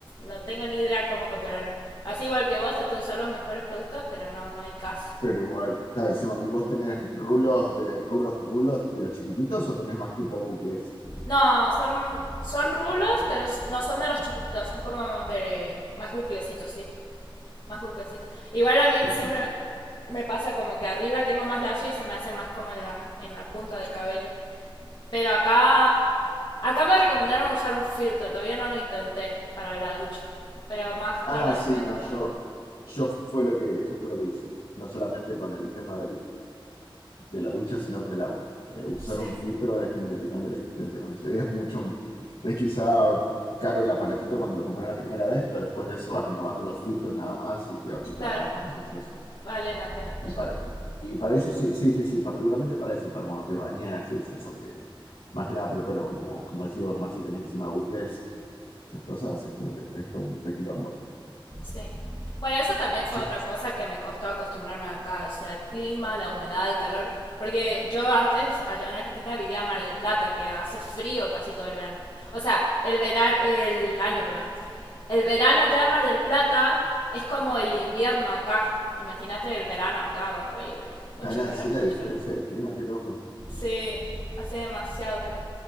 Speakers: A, on the left; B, on the left.
A: no tengo ni idea cómo controlarlo. Así igual que vos, trato de usar los mejores productos, pero no, no hay caso.
B: Pero igual, claro, encima, ¿y vos tenés rulos de rulos, rulos de los chiquititos o tenés más tipo bucles?
A: No, son, son rulos, pero s- no son de los chiquitos, son como de más buclecitos, sí, más buclecitos. Igual a mí
B: yo-
A: siempre me pasa como que arriba tengo más lacio y se me hace más como en la, en la punta del cabello. Pero acá, acá me recomendaron usar un filtro, todavía no lo intenté para la ducha, pero más
B: ah,
A: tarde
B: sí,
A: lo voy a
B: no,
A: intentar.
B: yo, yo fue lo que, eso fue lo que hice. No solamente con el tema de la ducha, sino con el agua. Eh, usar
A: Sí,
B: un filtro es como que te cambia la existencia con eso. Y es mucho, es quizá caro el aparatito cuando lo compras la primera vez, pero después de eso vas renovando los filtros nada más y te, y te
A: claro,
B: ahorras un montón de cosas.
A: vale la pena totalmente.
B: Y para, y para eso, sí, sí, sí, sí, particularmente para eso, para cuando te bañas y eso, porque más que nada por el pelo, como, como decimos, más si tenés encima bucles, esas cosas, es como que esto es un requilombo.
A: Sí. Bueno, eso también fue
B: Che,
A: otra cosa que me costó acostumbrarme acá, o sea, el clima, la humedad, el calor, porque yo antes allá en Argentina vivía en Mar del Plata, que hace frío casi todo el verano. O sea, el verano, el año, perdón. El verano allá en Mar del Plata es como el invierno acá. Imagínate el verano acá, horrible. Mucho
B: Tan así
A: calor,
B: la
A: mucho
B: diferencia
A: calor.
B: de clima, qué loco.
A: Sí, hace demasiado calor.